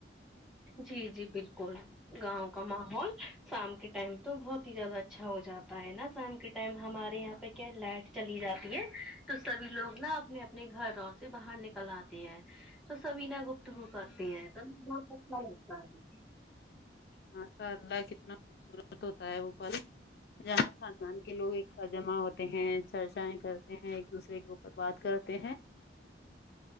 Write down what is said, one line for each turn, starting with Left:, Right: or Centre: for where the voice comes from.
Centre: جی جی بالکل گاؤں کا ماحول شام کے ٹائم تو بہت ہی زیادہ اچھا ہو جاتا ہے نا شام کے ٹائم ہمارے یہاں کیا لائٹ چلی جاتی ہے تو سبھی لوگ نا اپنے اپنے گھروں سے باہر نکل آتے ہیں تو سبھی نہ گپتگو کرتے ہیں تو بہت اچھا لگتا ہے
Left: ماشاء اللہ کتنا خوبصورت ہوتا ہے وہ پل جہاں خاندان کے لوگ ایک ساتھ جمع ہوتے ہیں چرچائیں کرتے ہیں ایک دوسرے کو اور بات کرتے ہیں